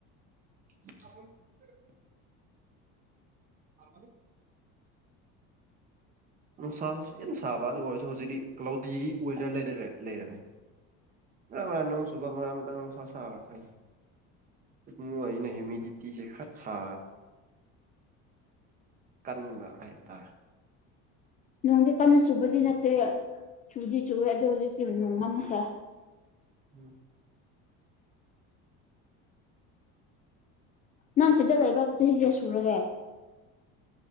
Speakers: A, on the right (about 25°); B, on the left (about 25°).
A: <unintelligible> ꯑ ꯅꯨꯡꯁꯥꯁꯨ ꯌꯥꯝꯅ ꯁꯥꯕ ꯑꯗꯨ ꯑꯣꯏꯔꯁꯨ ꯍꯧꯖꯤꯛꯇꯤ ꯀ꯭ꯂꯥꯎꯗꯤꯒꯤ ꯋꯦꯗꯔ ꯂꯩꯔꯅꯤ ꯅ ꯁꯨꯒ ꯁꯁ ꯀꯥꯏ ꯏ ꯑꯩꯅ ꯍ꯭ꯨꯃꯤꯗꯤꯇꯤ ꯈꯠ ꯁꯥ ꯀꯟꯕ ꯍꯥꯏꯇꯥꯔꯦ
B: ꯅꯣꯡꯗꯤ ꯀꯟꯅ ꯁꯨꯕꯗꯤ ꯅꯠꯇꯦ ꯆꯨꯗꯤ ꯆꯨꯏꯦ ꯑꯗꯨꯗ ꯍꯧꯖꯤꯛꯇꯤ ꯅꯣꯡꯃꯝꯈꯔ
A: ꯎꯝ
B: ꯅꯪ ꯁꯤꯗ ꯂꯩꯕ ꯆꯍꯤ ꯀꯌꯥ ꯁꯨꯔꯒꯦ